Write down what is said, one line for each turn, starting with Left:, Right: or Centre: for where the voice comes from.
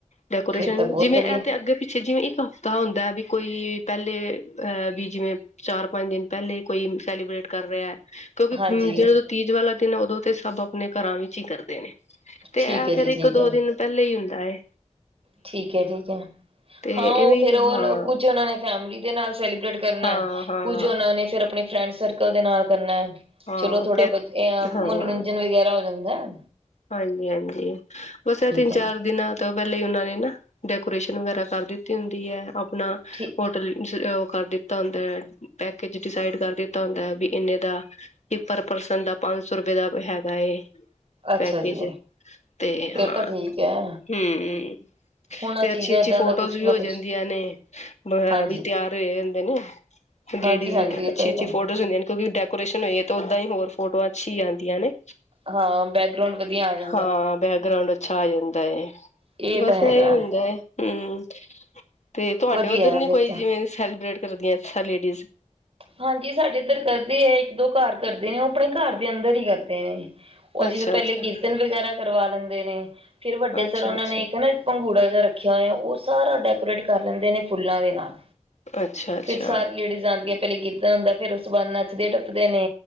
Left: ਡੈਕੋਰੇਸ਼ਨ
Right: ਫਿਰ ਤਾਂ ਬਹੁਤ
Left: ਜਿਵੇਂ
Right: ਵਧੀਆ
Left: ਐ ਤੇ ਅੱਗੇ ਪਿੱਛੇ ਜਿਵੇਂ ਇੱਕ ਤਾਂ ਹੁੰਦਾ ਵੀ ਕੋਈ ਪੈਲੇ ਅਹ ਵੀ ਜਿਵੇਂ ਚਾਰ ਪੰਜ ਦਿਨ ਪੈਲੇ ਕੋਈ ਸੈਲੀਬ੍ਰੇਟ ਕਰ ਰਿਆ। ਕਿਉਂਕਿ
Right: ਹਾਂਜੀ
Left: ਜਦੋਂ ਤੀਜ ਵਾਲਾ ਦਿਨ ਉਦੋਂ ਤੇ ਸਭ ਅਪਨੇ ਘਰਾਂ ਵਿੱਚ ਹੀ ਕਰਦੇ ਨੇ ਤੇ
Right: ਠੀਕ
Left: ਐ
Right: ਹੈ ਜੀ
Left: ਫੇਰ ਇੱਕ
Right: ਠੀਕ ਹੈ
Left: ਪੈਲੇ ਈ ਹੁੰਦਾ ਐ।
Right: ਠੀਕ ਐ ਠੀਕ ਐ
Left: ਤੇ
Right: ਹਾਂ ਓ
Left: ਇਵੇਂ
Right: ਫੇਰ ਓ
Left: ਹਾਂ
Right: ਕੁੱਝ ਓਨਾਂ ਨੇ ਫੈਮਿਲੀ ਦੇ ਨਾਲ ਸੈਲੀਬ੍ਰੇਟ ਕਰਨਾ
Left: ਹਾਂ
Right: ਐ,
Left: ਹਾਂ
Right: ਕੁੱਝ ਓਨਾਂ ਨੇ ਫਿਰ ਅਪਨੇ ਫਰੈਂਡ ਸਰਕਲ ਦੇ ਨਾਲ ਕਰਨਾ ਐ।
Left: ਹਾਂ
Right: ਚਲੋ ਥੋੜ੍ਹਾ
Left: ਤੇ
Right: <unintelligible> ਮਨੋਰੰਜਨ
Left: ਹਾਂ
Right: ਵਗੈਰਾ ਹੋ ਜਾਂਦਾ ਐ।
Left: ਹਾਂਜੀ-ਹਾਂਜੀ ਬਸ ਐ ਤਿੰਨ
Right: ਹੈ
Left: ਚਾਰ ਦਿਨਾਂ ਤਾਂ ਪੈਲੇ ਈ ਓਨਾਂ ਨੇ ਨਾ ਡੈਕੋਰੇਸ਼ਨ ਵਗੈਰਾ ਕਰ ਦਿੱਤੀ ਹੁੰਦੀ ਐ ਅਪਨਾ
Right: ਠੀਕ
Left: ਹੋਟਲ <unintelligible> ਓ ਕਰ ਦਿੱਤਾ ਹੁੰਦਾ ਐ ਪੈਕੇਜ ਡਿਸਾਈਡ ਕਰ ਦਿੱਤਾ ਹੁੰਦਾ ਐ ਬਈ ਇਨੇ ਦਾ ਕਿ ਪਰ ਪਰਸਨ ਦਾ ਪੰਜ ਸੌ ਰੁਪਏ ਦਾ ਹੈਗਾ ਏ।
Right: ਅੱਛਾ
Left: ਪੈਕੇਜ
Right: ਜੀ
Left: ਤੇ
Right: ਫਿਰ
Left: ਹਾਂ
Right: ਤਾਂ ਠੀਕ ਹੈ
Left: ਹੂੰ।
Right: ਹੋਣਾ
Left: ਤੇ
Right: ਚਾਹੀਦਾ
Left: ਅੱਛੀ ਅੱਛੀ
Right: ਏਦਾਂ
Left: ਫੋਟੋਜ਼
Right: ਦਾ ਕੁਛ
Left: ਵੀ
Right: ਨਾ
Left: ਹੋ
Right: ਕੁਛ
Left: ਜਾਂਦੀਆਂ ਨੇ <unintelligible>
Right: ਹਾਂਜੀ
Left: ਵੀ ਤਿਆਰ ਹੋਏ ਹੋਂਦੇ ਨੇ।
Right: ਹਾਂਜੀ
Left: ਲੇਡੀਜ਼
Right: ਹਾਂਜੀ ਇਹ
Left: ਅੱਛੀ
Right: ਤਾਂ ਹੈਗਾ
Left: ਅੱਛੀ ਫੋਟੋਜ਼ ਹੁੰਦੀਆਂ ਨੇ ਕਿਉਂਕਿ ਡੈਕੋਰੇਸ਼ਨ ਹੋਈ ਓਦਾਂ ਹੀ ਹੋਰ ਫੋਟੋਆਂ ਅੱਛੀ ਈ ਆਂਦੀਆਂ ਨੇ।
Right: ਹਾਂ ਬੈਕਗਰਾਉਂਡ ਵਧੀਆ ਆ ਜਾ
Left: ਹਾਂ ਬੈਕਗਰਾਉਂਡ ਅੱਛਾ ਆ ਜਾਂਦਾ ਏ
Right: ਇਹ
Left: ਬਸ
Right: ਤਾਂ ਹੈਗਾ
Left: ਐ ਈ ਹੁੰਦਾ ਐ। ਹੂੰ ਤੇ ਤੁਹਾਡੇ
Right: ਵਧੀਆ
Left: ਓਧਰ
Right: ਹੈ
Left: ਨੀ
Right: ਫਿਰ
Left: ਕੋਈ
Right: ਤਾਂ
Left: ਜਿਵੇਂ ਸੈਲੀਬ੍ਰੇਟ ਕਰਦੀਆਂ ਜਿਸ ਤਰਾਂ ਲੇਡੀਜ਼?
Right: ਹਾਂਜੀ ਸਾਡੇ ਏਧਰ ਕਰਦੀ ਏ ਇੱਕ ਦੋ ਘਰ ਕਰਦੇ ਨੇ ਓ ਅਪਨੇ ਘਰ ਦੇ ਅੰਦਰ ਈ ਕਰਦੇ ਨੇ। ਓ
Left: ਅੱਛਾ
Right: ਜਿਵੇਂ ਪਹਿਲੇ
Left: ਅੱਛਾ
Right: ਕੀਰਤਨ ਵਗੈਰਾ ਕਰਵਾ ਲੈਂਦੇ ਨੇ ਫਿਰ ਵੱਡੇ
Left: ਅੱਛਾ
Right: ਸਰ ਓਨਾਂ
Left: ਅੱਛਾ
Right: ਨੇ ਇੱਕ ਨਾ ਪੰੰਗੂੜਾ ਜਿਹਾ ਰੱਖਿਆ ਹੋਇਆ ਓ ਸਾਰਾ ਡੈਕੋਰੇਟ ਕਰ ਲੈਂਦੇ ਨੇ ਫੁੱਲਾਂ ਦੇ ਨਾਲ।
Left: ਅੱਛਾ ਅੱਛਾ
Right: ਫਿਰ ਸਾਰੀ ਲੇੜੀਜ਼ ਆਦੀਆਂ ਪੈਲੇ ਕੀਰਤਨ ਹੁੰਦਾ ਫੇਰ ਉਸ ਤੋਂ ਬਾਦ ਨੱਚਦੇ ਟੱਪਦੇ ਨੇ।